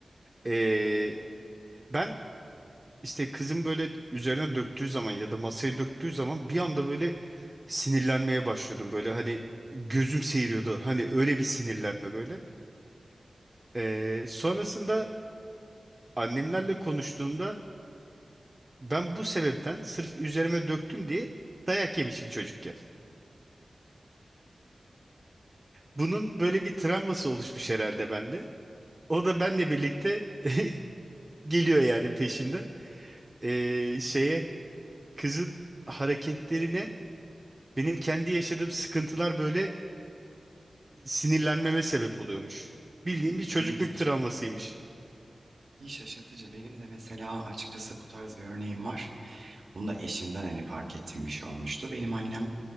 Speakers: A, on the right; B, on the right.
A: Ee, ben işte kızın böyle üzerine döktüğü zaman ya da masaya döktüğü zaman bir anda böyle sinirlenmeye başlıyordum. Böyle hani gözüm seyiriyordu. Hani öyle bir sinirlenme böyle. Ee, sonrasında annemlerle konuştuğumda ben bu sebepten sırf üzerime döktüm diye dayak yemişim çocukken. Bunun böyle bir travması oluşmuş herhalde bende. O da benle birlikte <laughs> geliyor yani peşimden. Ee, şeye kızın hareketlerine benim kendi yaşadığım sıkıntılar böyle sinirlenmeme sebep oluyormuş. Bildiğim
B: Gü-
A: bir çocukluk
B: Gün yüzeceğim.
A: travmasıymış.
B: İyi şaşırtıcı. Benim de mesela açıkçası bu tarz bir örneğim var. Bunu da eşimden hani fark ettiğim bir şey olmuştu. Benim annem